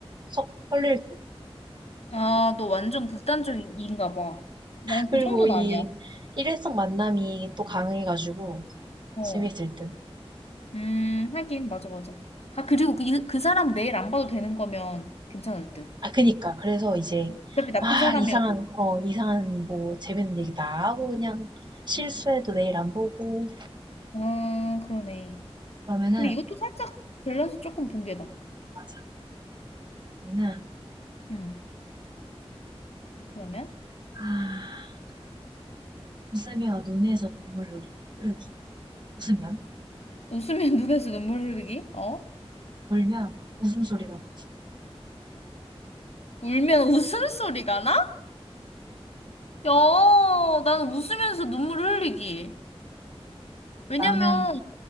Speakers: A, on the right; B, on the left.
A: 석- 설릴 듯.
B: 아, 너 완전 극단적인가 봐. 난
A: 그리고
B: 그 정도는
A: 이
B: 아니야.
A: 일회성 만남이 또 강해가지고
B: 어.
A: 재밌을 듯.
B: 음, 하긴, 맞아, 맞아. 아, 그리고 그, 이- 그 사람 내일 안 봐도 되는 거면 괜찮을 듯.
A: 아, 그니까. 그래서 이제
B: 어차피 나쁜
A: 막
B: 사람이어도.
A: 이상한, 어, 이상한 뭐 재밌는 얘기 다 하고 그냥 실수해도 내일 안 보고
B: 아, 그러네.
A: 그러면은
B: 근데 이것도 살짝 밸런스 조금 붕괴다.
A: 맞아. 나는
B: 음, 그러면?
A: 아, 웃으며 눈에서 눈물이 흐르기. 웃으면,
B: 웃으면 <laughs> 눈에서 눈물 흐르기? 어?
A: 울면 웃음소리가 나와.
B: 울면 웃음소리가 나? 야, 나는 웃으면서 눈물 흘리기. 왜냐면,
A: 나는